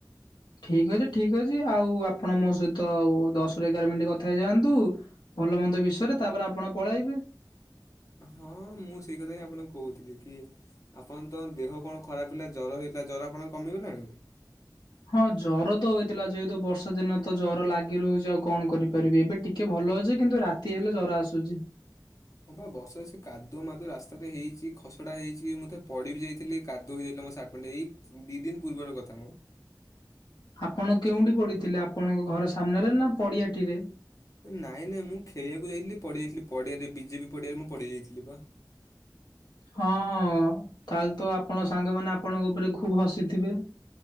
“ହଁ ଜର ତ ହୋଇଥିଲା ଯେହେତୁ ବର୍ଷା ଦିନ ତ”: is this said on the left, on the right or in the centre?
Left